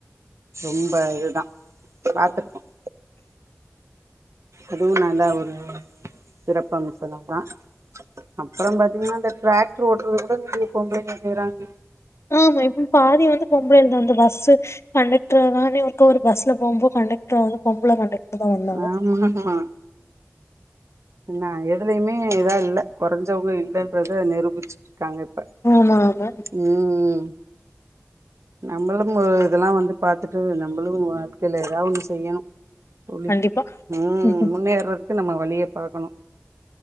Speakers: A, on the right; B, on the left.
A: ரொம்ப இதுதான் பாத்திருப்போம் அதுவும் நான்தா ஒரு சிறப்பு அம்சம் தா பா அப்புறம் பாத்தீங்கன்னா இந்த டிராக்டர் ஓட்டுறதுகூட நெறய பொம்பளைங்க செய்றாங்க
B: ம் இப்ப பாதி வந்து பொம்பளைங்க தாக்கா அந்த பஸ்சு கண்டக்டர் தான ஒருக்க ஒரு பஸ்ல போகும்போ கண்டக்டர் வந்து பொம்புள கண்டக்டர் தா வந்தாங்க
A: ஆ உள்ள போலாம் என்ன எதுலயுமே இதா இல்ல குறைஞ்சவங்க இல்லைன்றத நிரூபிச்சிருக்காங்க இப்ப
B: <unintelligible>
A: உம் உம் நம்மளும் இதெல்லாம் வந்து பாத்துட்டு நம்மளும் வாழ்கையில ஏதா ஒண்ணு செய்யணும் தோழி
B: கண்டிப்பா
A: உம்
B: ம்ஹும்
A: முன்னேறதுக்கு நம்ம வழிய பாக்கணும்